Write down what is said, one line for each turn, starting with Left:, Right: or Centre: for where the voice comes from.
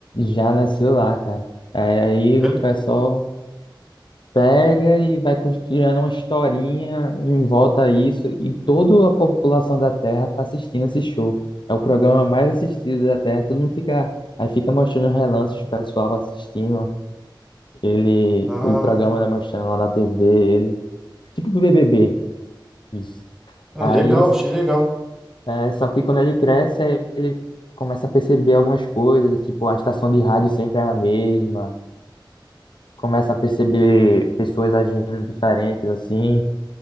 Left: já nasceu lá, cara. Aí, aí
Centre: Ele-
Left: o pessoal pega e vai criando uma historinha em volta a isso, e toda a população da Terra tá assistindo esse show. É o programa mais assistido da Terra, todo mundo fica. Aí fica mostrando relances do pessoal assistindo ele,
Centre: Ah,
Left: o programa, né, mostrando lá na TV, ele. Tipo BBB, isso.
Centre: ah,
Left: Aí,
Centre: legal, achei legal.
Left: é, só que quando ele cresce, aí ele começa a perceber algumas coisas, tipo, a estação de rádio sempre é a mesma, começa a perceber pessoas agindo diferentes, assim.